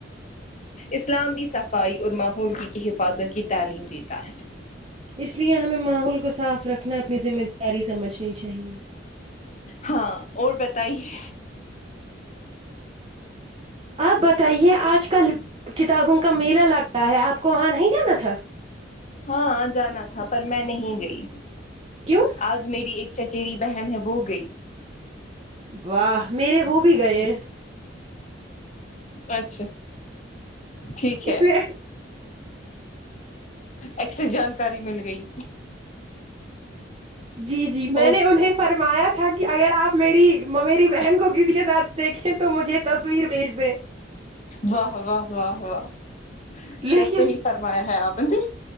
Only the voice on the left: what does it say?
اسلام بھی صفائی اور ماحولگی کی حفاظت کی تعلیم دیتا ہے
ہاں اور بتائیے
ہاں جانا تھا پر میں نہیں گئی
آج میری ایک چچیری بہن ہے وہ گئی
اچھا ٹھیک
ہے
اچھا جانکاری مل گئی
اور
واہ واہ واہ واہ کیا
صحیح فرمایا ہے آپ نے